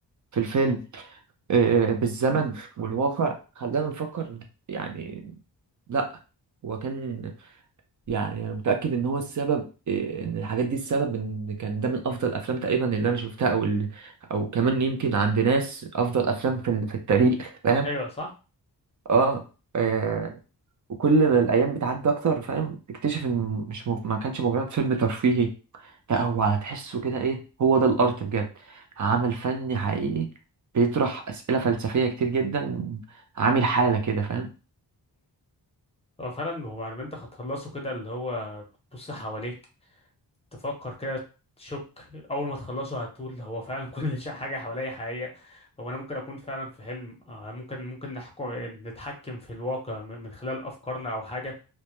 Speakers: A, on the right (about 50°); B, on the left (about 15°).
A: في الفيلم آه، بالزمن والواقع خلانا نفكر يعني لا هو كان يعني انا متاكد ان هو السبب آه، ان الحاجات دي السبب ان كان ده من افضل افلام تقريبا اللي انا شفتها او ال... او كمان يمكن عند ناس افضل افلام في ال- في التاريخ فاهم
B: ايوه صح
A: اه آه، وكل ما الايام بتعدي اكتر فاهم تكتشف ان مش م... ما كانش مجرد فيلم ترفيهي لا هو هتحسه كده ايه هو ده الارت بجد عمل فني حقيقي بيطرح اسئله فلسفيه كتير جدا عامل حاله كده فاهم
B: هو فعلا هو بعد ما انت هتخلصه كده اللي هو تبص حواليك تفكر كده تشك اول ما تخلصه هتقول هو فعلا كل <laughs> شيء حاجه حواليا حقيقيه هو انا ممكن اكون فعلا في حلم آه، ممكن ممكن نحكم نتحكم في الواقع من من خلال افكارنا او حاجه